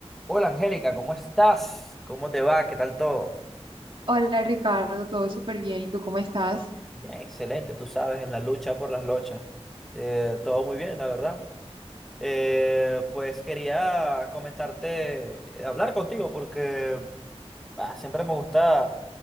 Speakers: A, in the centre; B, on the right (about 50°).
A: Hola Angélica, ¿cómo estás? ¿Cómo te va? ¿Qué tal todo?
B: Hola Ricardo, todo súper bien. ¿Y tú cómo estás?
A: Bien, excelente, tú sabes, en la lucha por las lochas. Eh, todo muy bien, la verdad. Eh, pues quería comentarte, eh, hablar contigo porque ah, siempre me gusta,